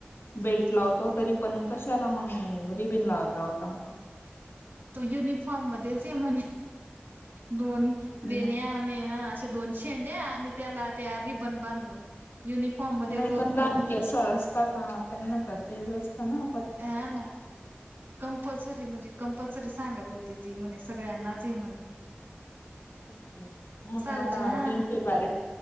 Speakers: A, on the left; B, on the right.
A: बेल्ट लावतो, तरी पण कशाला मग रिबीन लावला होता म्हण?
B: तो युनिफॉर्म मध्येच हे म्हणे, दोन वेण्या
A: नाही
B: <unintelligible> अशे दोन शेंड्या, आणि त्याला त्या रिबन बांधून युनिफॉर्म मध्ये
A: नाही
B: रोज
A: पण लहान
B: म्हणजे
A: केस असतात ना, त्यांना तर तेज असतं ना पण
B: हा ना. कंपल्सरी, म्हणजे कंपल्सरी, सांगत होती ती म्हणे सगळ्यांनाच आहे म्हण
A: हम्म! <unintelligible>
B: साऊच्या हा
A: जेंची बारी